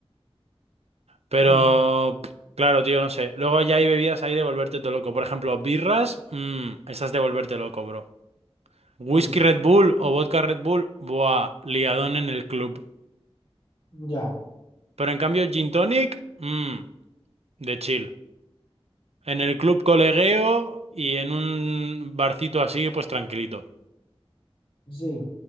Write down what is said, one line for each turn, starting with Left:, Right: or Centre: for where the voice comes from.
Right: Pero,
Left: Mm,
Right: pff, claro, tío, no sé. Luego ya hay bebidas ahí de volverte todo loco. Por ejemplo, birras, mmm, esas de volverte loco, bro. Whisky
Left: sí.
Right: Red Bull o vodka Red Bull, buah, liadón en el club.
Left: Ya.
Right: Pero en cambio, gin tonic, mmm, de chill. En el club colegueo y en un barcito así, pues tranquilito.
Left: Sí.